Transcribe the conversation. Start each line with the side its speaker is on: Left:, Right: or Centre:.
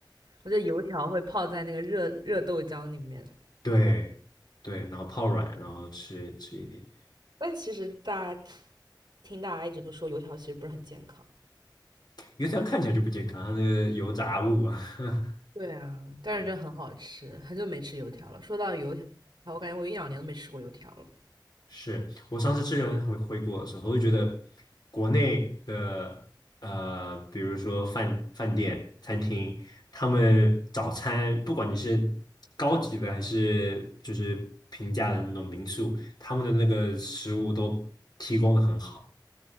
Right: 我觉得油条会泡在那个热热豆浆里面。
Left: 对对，然后泡软，然后吃吃一点。
Right: 但其实大家听大家一直都说油条其实不是很健康。
Left: 因为它看起来就不健康，它那个油炸物啊。<laughs>
Right: 对啊，但是真的很好吃，
Left: 啊，
Right: 很久没吃油条了。说到油条，我感觉我一两年都没吃过油条了。
Left: 是我上次吃人回回国的时候，我就觉得国内的呃，比如说饭饭店、餐厅，他们早餐不管你是高级的还是就是平价的那种民宿，他们的那个食物都提供的很好。